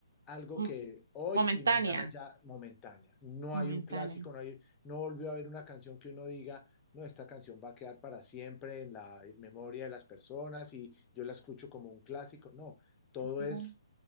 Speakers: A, on the left (about 20°); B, on the right (about 70°).
A: algo
B: mo-
A: que hoy
B: momentánea,
A: y mañana ya momentánea. No
B: momentánea.
A: hay un clásico, no hay, no volvió a haber una canción que uno diga, no, esta canción va a quedar para siempre en la memoria de las personas y yo la escucho como un clásico. No, todo
B: No,
A: es